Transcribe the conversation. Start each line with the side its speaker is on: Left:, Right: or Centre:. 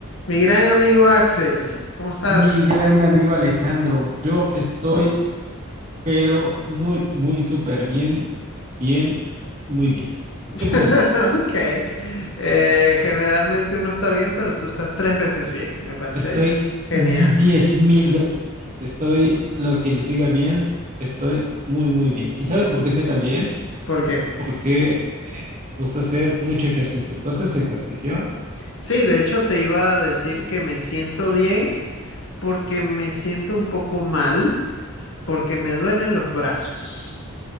Left: Mi gran amigo Axel, ¿cómo estás?
Right: Mi gran amigo Alejandro, yo estoy, pero muy, muy súper bien, bien, muy bien.
Left: <laughs>
Right: ¿Tú cómo estás?
Left: Ok. Eh, generalmente uno está bien, pero tú estás tres veces bien. Me parece
Right: Estoy
Left: genial.
Right: diez mil veces bien. Estoy lo que le siga bien. Estoy muy, muy bien. ¿Y sabes por qué estoy tan bien?
Left: ¿Por qué?
Right: Porque me gusta hacer mucho ejercicio. ¿Tú haces ejercicio?
Left: Sí, de hecho te iba a decir que me siento bien porque me siento un poco mal porque me duelen los brazos.